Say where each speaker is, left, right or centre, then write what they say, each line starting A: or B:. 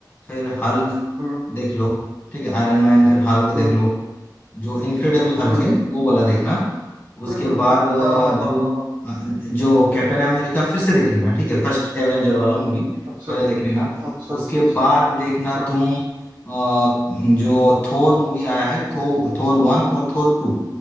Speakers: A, on the left; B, on the right.
A: फिर हल्क
B: हम्म
A: देख लो ठीक है आयरन मैन फिर हल्क देख
B: हम्म
A: लो जो इनक्रेडिबल हल्क
B: हम्म
A: है वो वाला देखना उसके
B: हम्म हम्म,
A: बाद
B: हम्म,
A: अ,
B: हाँ हाँ
A: जो
B: हाँ हाँ हाँ
A: अ, जो कैप्टन अमेरिका फिर से देख लेना ठीक है फर्स्ट एवेंजर वाला मूवी
B: अच्छा
A: पहले
B: अच्छा
A: देख
B: अच्छा
A: लेना
B: अच्छा अच्छा
A: उसके
B: अच्छा
A: बाद देखना
B: हम्म
A: तुम अ, जो थोर मूवी आया है थो, थोर वन और थोर टू